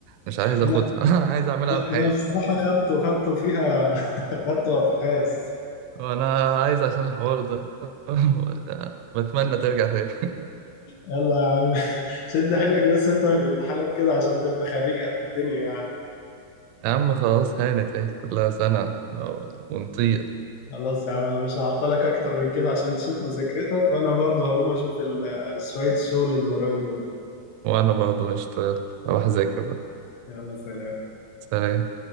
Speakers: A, on the right (about 85°); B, on the left (about 70°).
A: مش عايز
B: انا
A: أخدها <laughs> عايز أعملها
B: أنا
A: بحياتي
B: بصراحه خدته خدته فيها <laughs> خدته ابحاث
A: وأنا عايز عشان الحوار ده <laughs> بتمنى ترجع تاني
B: يلا يا عم <laughs> شد حيلك بس انت في الامتحانات كده عشان تبقى خريج قد الدنيا يعني.
A: يا عم خلاص هانت اهي كلها سنة ونطير
B: خلاص يا عم انا مش هعطلك اكتر من كده عشان تشوف مذاكرتك وانا برضه هقوم اشوف ال- شوية الشغل اللي ورايا دول
A: وأنا برضه هشتغل أروح أذاكر بقى
B: يلا سلام
A: سلام